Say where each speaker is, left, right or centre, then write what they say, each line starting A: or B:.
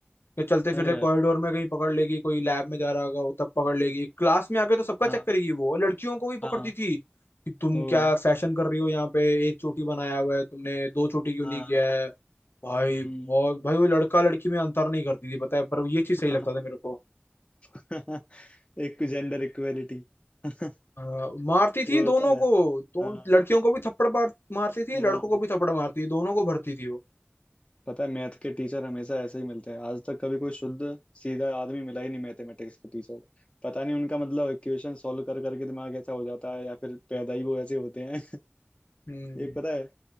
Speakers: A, on the left (about 65°); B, on the left (about 25°).
A: या चलते फिरते
B: अरे यार
A: कॉरिडोर में कहीं पकड़ लेगी कोई लैब में जा रहा होगा वो तब पकड़ लेगी क्लास में आके तो सबका चेक
B: हाँ
A: करेगी वो और लड़कियों को भी पकड़ती
B: हाँ
A: थी कि तुम
B: ओ
A: क्या फैशन कर रही हो यहाँ पे एक चोटी बनाया हुआ है तुमने दो चोटी क्यों
B: हाँ
A: नहीं किया है भाई
B: हम्म
A: बहुत भाई वो लड़का लड़की में अंतर नहीं करती थी पता है पर ये चीज सही
B: हाँ
A: लगता था मेरे को
B: <laughs> एक जेंडर इक्वेलिटी <laughs>
A: अ, मारती थी
B: वो होता
A: दोनों को
B: है
A: दोनों
B: हाँ
A: लड़कियों को भी थप्पड़ मार, मारती थी
B: हाँ
A: लड़कों को भी थप्पड़ मारती थी दोनों को भरती थी वो
B: पता है मैथ के टीचर हमेशा ऐसे ही मिलते हैं आज तक कभी कोई शुद्ध सीधा आदमी मिला ही नहीं मैथमेटिक्स के टीचर पता नहीं उनका मतलब इक्वेशन सॉल्व कर करके दिमाग ऐसा हो जाता है या फिर पैदा ही वो ऐसे होते हैं
A: हम्म
B: एक पता है